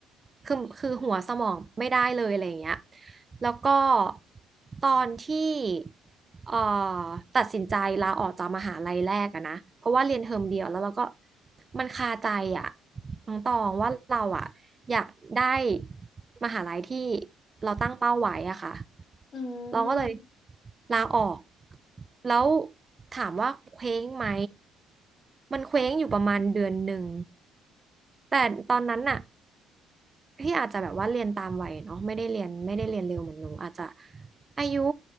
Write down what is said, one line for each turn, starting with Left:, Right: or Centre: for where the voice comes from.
Right: คือคือหัวสมองไม่ได้เลยอะไรอย่างเงี้ยแล้วก็ตอนที่เอ่อตัดสินใจลาออกจากมหาลัยแรกอะนะเพราะว่าเรียนเทอมเดียวแล้วเราก็มันคาใจอะน้องตองว่าเราอะอยากได้มหาลัยที่เราตั้งเป้าไว้อะค่ะ
Left: อื
Right: เราก็เลย
Left: ม
Right: ลาออก แล้วถามว่าเคว้งไหมมันเคว้งอยู่ประมาณเดือนหนึ่งแต่ตอนนั้นน่ะพี่อาจจะแบบว่าเรียนตามวัยเนาะไม่ได้เรียนไม่ได้เรียนเร็วเหมือนหนูอาจจะอายุ